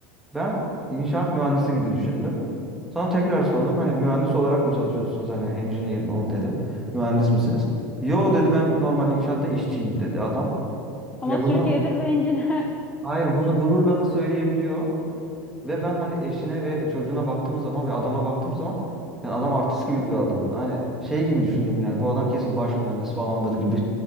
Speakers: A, in the centre; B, on the left.
A: Ben inşaat mühendisi gibi düşündüm. Sonra tekrar sordum. Hani mühendis olarak mı çalışıyorsunuz? Hani engineer mi o dedim. Mühendis misiniz? Yo dedi ben normal inşaatta işçiyim dedi adam.
B: Ama
A: Ve
B: Türkiye'de
A: bunu
B: zengin. <laughs>
A: Hayır bunu gururla da söyleyebiliyor. Ve ben hani eşine ve çocuğuna baktığım zaman ve adama baktığım zaman yani adam artist gibi bir adam. Hani şey gibi düşündüm yani bu adam kesin baş mühendis falandır gibi